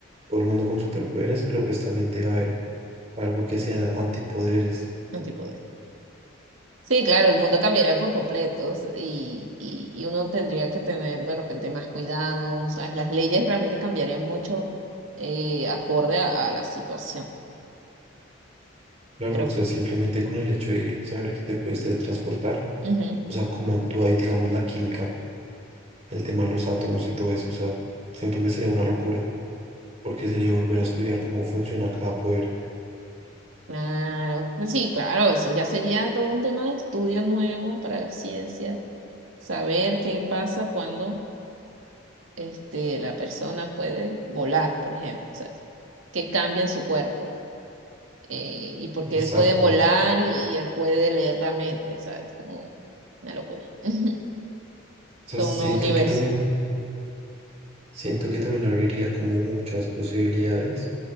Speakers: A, on the right (about 30°); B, on the right (about 70°).
A: todo el mundo con superpoderes, pero pues también debe haber algo que sea antipoderes.
B: antipoder. Sí, claro, el mundo cambiaría por completo s- y, y, y uno tendría que tener de repente más cuidado, ¿sabes? Las leyes realmente cambiarían mucho eh, acorde a a la situación.
A: Claro,
B: Creo
A: o sea,
B: que.
A: simplemente con el hecho de saber que te puedes teletransportar,
B: ujú,
A: o sea, cómo actúa ahí, digamos, la química, el tema de los átomos y todo eso, o sea, siento que sería una locura, porque sería volver a estudiar cómo funciona cada poder.
B: Claro, pues sí, claro, eso ya sería todo un tema de estudio nuevo para la ciencia, saber qué pasa cuando este, la persona puede volar, por ejemplo, ¿sabes? Qué cambia en su cuerpo eh, y por
A: Exacto.
B: qué él puede volar
A: O
B: y, él puede leer la mente, ¿sabes? Como una locura, <laughs>
A: sea,
B: todo
A: siento
B: un nuevo universo.
A: que también Siento que también abriría como muchas posibilidades,